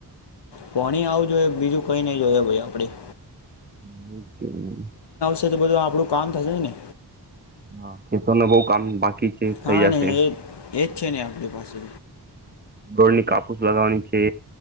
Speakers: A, on the left (about 90°); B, on the right (about 25°).
A: પોણી આવું જોઈ બીજું કઈ નઈ જોય ભાઈ આપડી.
B: હ. <unintelligible>
A: છે તો બધું આપણું કામ થશે ને.
B: હા ખેતને બઉ કામ બાકી. છે
A: હા
B: થઈ જશે
A: નને એ એજ છે નને આપણી પાસે.
B: ગોળની કાપૂસ લગાવવાની છે.